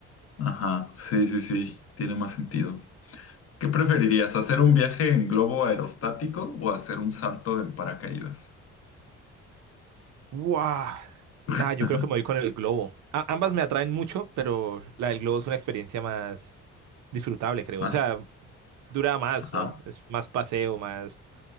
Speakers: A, on the left (about 50°); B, on the right (about 70°).
A: ajá, sí, sí, sí, tiene más sentido. ¿Qué preferirías, hacer un viaje en globo aerostático o hacer un salto en paracaídas?
B: <laughs> ¡Wow! Ah,
A: <laughs>
B: yo creo que me voy con el globo. A- ambas me atraen mucho, pero la del globo es una experiencia más disfrutable, creo.
A: Más,
B: O sea, dura más,
A: ajá.
B: ¿no? Es más paseo, más,